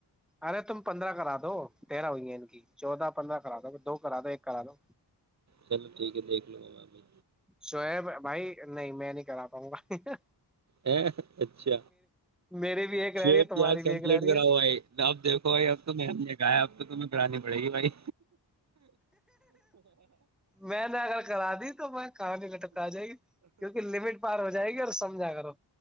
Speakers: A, in the centre; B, on the right (about 40°).
A: ارے تم پندرہ کرا دو تیرہ ہوئییں کی چودہ پندرہ کرا دو دو کرا دو ایک کرا دو
B: چلو ٹھیک ہے دیکھ لوں اب بھی
A: سویب بھائی نہیں میں نہیں کرا پاؤں گ
B: ہ اچھا
A: میری بھی ایک رہ
B: پ
A: رہی ہے
B: پیاز
A: تمہاری
B: کمپلیٹ
A: بھی ایک رہ رہی
B: کراؤ
A: ہے
B: بھائی آپ دیکھو بھائی اب تو م نےگایا اب تویں کرانی پڑے گی بھائی
A: میں نے اگر کرا دی تو میں کہانی لٹک آ جائے گی کیونکہ لمٹ پار ہو جائے گی اور سمجھا کرو